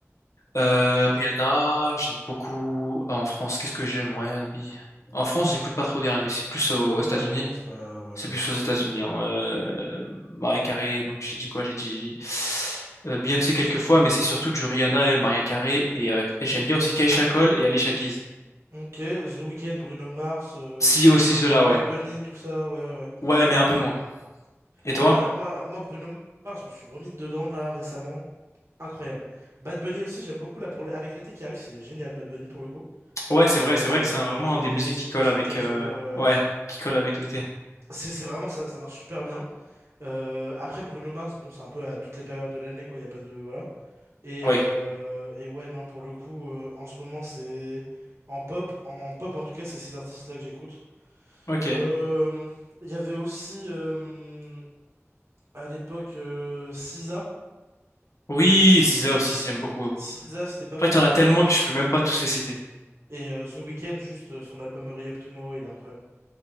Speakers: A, on the left (about 85°); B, on the right (about 60°).
A: euh, Rihanna. J'aime beaucoup... euh, En France, qu'est-ce que j'aime en R&B? En France, j'écoute pas trop d'R&B. C'est plus aux, aux
B: Ouais,
A: États-Unis.
B: non, c'est pas. Ouais.
A: C'est plus
B: ouais.
A: aux États-Unis. Hein. Euh, Mariah Carey, donc j'ai dit quoi? J'ai dit euh, Beyoncé quelques fois, mais c'est surtout du Rihanna et Maria Carey. Et euh, j'aime bien aussi Keisha Cole et Alicia Keys.
B: ouais. Ok, The Weeknd, Bruno Mars, euh,
A: Si, aussi cela,
B: Bad
A: ouais.
B: Bunny, tout ça. Ouais, ouais, ouais.
A: Ouais, mais un peu moins. Et toi?
B: Moi, moi, moi, Bruno Mars, je me suis remis dedans là récemment. Incroyable. Bad Bunny aussi, j'aime beaucoup là pour l'- avec l'été qui arrive, c'est génial Bad Bunny pour le coup.
A: Ouais, c'est
B: Euh,
A: vrai, c'est vrai que c'est un- vraiment
B: dans une
A: un des
B: playlist
A: musiques qui
B: et
A: colle
B: tout, c'est
A: avec,
B: quelque
A: euh,
B: chose. Ouais, ouais.
A: ouais,
B: ouais.
A: qui colle avec l'été.
B: C'est c'est vraiment ça, ça marche super bien. Euh, après Bruno Mars, bon, c'est un peu à toutes les périodes de l'année quoi. Il y a pas de voilà. Et,
A: Oui.
B: euh, et ouais, non, pour le coup, euh, en ce moment, c'est en pop, en pop en tout cas, c'est ces artistes-là que j'écoute.
A: Ok.
B: Euh, Il y avait aussi euh, à l'époque euh, SZA.
A: Oui, c'est ça aussi, j'aime beaucoup. En
B: SZA, c'était pas
A: fait,
B: mal
A: il y en a
B: quand
A: tellement
B: elle avait
A: que
B: sorti
A: je peux même
B: son album.
A: pas tous les citer.
B: Et euh, The Weeknd, juste euh, son album Hurry Up Tomorrow, il est incroyable.